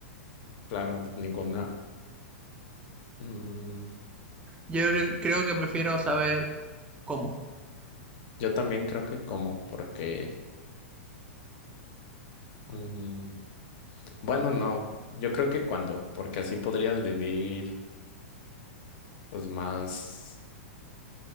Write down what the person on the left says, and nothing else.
Claro, ninguna. mm,
yo también creo que cómo, porque Mm, bueno, no, yo creo que cuando, porque así podrías vivir pues más,